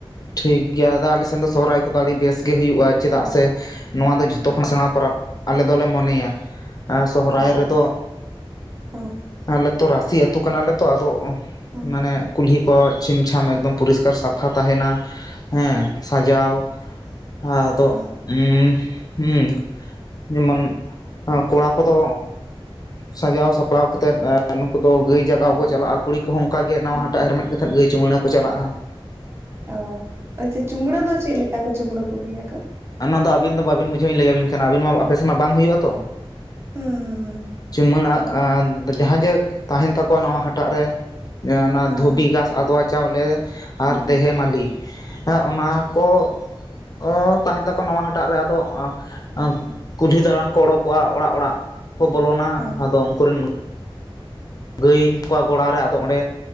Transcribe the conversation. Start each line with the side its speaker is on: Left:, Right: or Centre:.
Left: ᱴᱷᱤᱠ ᱜᱮᱭᱟ ᱟᱫᱚ ᱟᱞᱮ ᱥᱮᱱ ᱫᱚ ᱥᱚᱦᱚᱨᱟᱭ ᱠᱚᱫᱚ ᱟᱹᱰᱤ ᱵᱮᱥ ᱜᱮ ᱦᱩᱭᱩᱜᱼᱟ ᱪᱮᱫᱟᱜ ᱥᱮ ᱱᱚᱣᱟ ᱫᱚ
Right: ᱦᱮᱸ
Left: ᱡᱷᱚᱛᱚ ᱠᱷᱚᱱ ᱥᱮᱬᱟ ᱯᱚᱨᱟᱵᱽ ᱟᱞᱮ ᱫᱚᱞᱮ ᱢᱚᱱᱮᱭᱟ ᱟ ᱥᱚᱦᱨᱟᱭ
Right: ᱚ
Left: ᱨᱮᱫᱚ
Right: ᱦᱮᱸ
Left: ᱟᱞᱮ ᱛᱚ ᱨᱟᱹᱥᱤ ᱟᱹᱛᱩ ᱠᱟᱱᱟᱞᱮ ᱛᱚ ᱟᱫᱚ
Right: ᱦᱮᱸ
Left: ᱢᱟᱱᱮ ᱠᱩᱞᱦᱤ ᱠᱚ ᱪᱷᱤᱢ ᱪᱷᱟᱢ ᱮᱠᱫᱚᱢ ᱯᱚᱨᱤᱥᱠᱟᱨ ᱥᱟᱯᱷᱟ ᱛᱟᱦᱮᱱᱟ ᱦᱮᱸ ᱥᱟᱡᱟᱣ ᱟᱫᱚ
Right: ᱦᱮᱸ
Left: ᱩᱢ ᱦᱩᱸ ᱡᱮᱢᱚᱱ ᱠᱚᱲᱟ ᱠᱚᱫᱚ ᱥᱟᱡᱟᱣ ᱥᱟᱯᱲᱟᱣ ᱠᱟᱛᱮᱫ ᱱᱩᱠᱩ ᱫᱚ ᱜᱟᱹᱭ ᱡᱟᱜᱟᱣ
Right: ᱦᱮᱸ
Left: ᱠᱚ ᱪᱟᱞᱟᱜᱼᱟ ᱠᱩᱲᱤ ᱠᱚᱦᱚᱸ ᱚᱱᱠᱟ ᱜᱮ ᱱᱟᱣᱟ
Right: ᱦᱮᱸ
Left: ᱦᱟᱴᱟᱜ ᱦᱮᱨᱢᱮᱫ ᱠᱟᱛᱮᱫ ᱜᱟᱹᱭ ᱪᱩᱢᱲᱟ ᱠᱚ ᱪᱟᱞᱟᱜᱼᱟ ᱾
Right: ᱚ ᱟᱪᱟ ᱪᱩᱢᱲᱟᱹ ᱫᱚ ᱪᱮᱜ ᱞᱮᱠᱟ ᱠᱚ ᱪᱩᱢᱲᱟᱹ ᱠᱚᱜᱮᱭᱟ ᱠᱚ
Left: ᱚᱱᱟᱫᱚ ᱟᱵᱤᱱ ᱫᱚ ᱵᱟᱵᱤᱱ ᱵᱩᱡᱷᱟᱹᱣ ᱞᱮᱭᱟᱵᱤᱱ ᱠᱟᱱᱟ ᱟᱵᱤᱱ ᱢᱟ ᱟᱯᱮ ᱥᱮᱱᱢᱟ ᱵᱟᱝ ᱦᱩᱭᱩᱜᱼᱟ ᱛᱚ
Right: ᱦᱩᱸ
Left: ᱪᱩᱢᱟᱲᱟᱜ ᱟ ᱫᱚ ᱡᱟᱦᱟᱸ ᱡᱮᱠ ᱛᱟᱦᱮᱱ ᱛᱟᱠᱚᱣᱟ ᱱᱟᱣᱟ ᱦᱟᱴᱟᱜ ᱨᱮ ᱚᱱᱟ
Right: ᱦᱩᱸ
Left: ᱫᱷᱩᱵᱤ ᱜᱷᱟᱸᱥ ᱟᱫᱽᱣᱟ ᱪᱟᱣᱞᱮ
Right: ᱦᱩᱸ
Left: ᱟᱨ ᱫᱮᱦᱮ ᱢᱟᱹᱞᱤ ᱾ ᱚᱱᱟ ᱠᱚ ᱛᱟᱦᱮᱱ ᱛᱟᱠᱚ ᱱᱟᱣᱟ ᱦᱟᱴᱟᱜ ᱨᱮ ᱟᱫᱚ ᱾
Right: ᱦᱩᱸ
Left: ᱠᱩᱞᱦᱤ ᱫᱟᱬᱟᱱ ᱠᱚ ᱚᱰᱳᱠᱚᱜᱼᱟ ᱚᱲᱟᱜ ᱚᱲᱟᱜ
Right: ᱦᱩᱸ
Left: ᱠᱚ ᱵᱚᱞᱚᱱᱟ
Right: ᱦᱩᱸ ᱦᱩᱸ ᱦᱩᱸ
Left: ᱟᱫᱚ ᱩᱱᱠᱩᱨᱮᱱ ᱜᱟᱹᱭ ᱠᱚᱣᱟ ᱜᱚᱲᱟ ᱨᱮ ᱟᱫᱚ ᱚᱸᱰᱮ